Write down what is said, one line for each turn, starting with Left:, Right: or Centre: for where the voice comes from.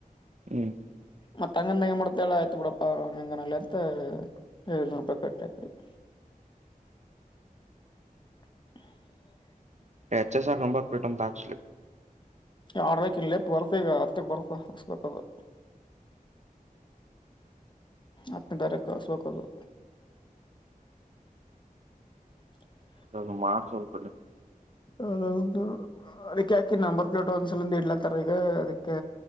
Right: ಹ್ಮ್
Left: ಮತ್ತ ಅಂಗಂದ ಮಾಡತಲ್ಲ ಆಯ್ತು ಬಿಡಪ್ಪ ಅವ ಹಂಗನಲ್ಲ ಅಂತ ಏಳ್ನೂರು ರೂಪಾಯಿ ಕಟ್ಟ ತಪ್ಪ <inaudible>
Right: ಎಚ್ ಎಸ್ ಆರ್ ನಂಬರ್ ಪಟ್ ತಾಕ್
Left: ಆಡ್ಬೇಕ ಇ ಲೇಪ್ ಬರ್ತ ಈಗ ಹತ್ತಕ್ ಬರ್ತ ಹಸ್ಬೇಕದು ಆತ್ನ ತಾರಕ ಸ್ವಕಲು <unintelligible>
Right: ಅ ಮಾರ್ಚ್ ಒಳಪ <unintelligible>
Left: ಅದ ಒದು <unintelligible> ಅದಕ್ಕೆ ಯಾಕಿ ನಂಬರ್ ಪ್ಲೇಟ್ ಒಂದ್ಸಲಂದ ಇಡ್ಲತ್ತಾರ ಈಗ ಅದಕ್ಕೆ